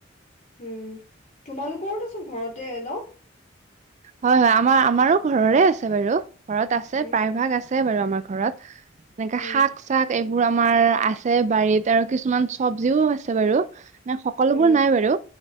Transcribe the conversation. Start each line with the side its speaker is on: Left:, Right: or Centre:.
Left: হম, তোমালোকৰতো চব ঘৰতে ন?
Right: হয়, হয়, আমাৰ, আমাৰো ঘৰৰে আছে বাৰু, ঘৰত আছে
Left: হম,
Right: প্ৰায়
Left: হম,
Right: ভাগ আছ আছে বাৰু আমাৰ ঘৰত, এনেকে
Left: হম,
Right: শাক। চাক এইবোৰ আমাৰ আছে বাৰীত, আৰু কিছুমান চবজিও আছে বাৰু। মানে সকলোবোৰ
Left: হম,
Right: নাই বাৰু,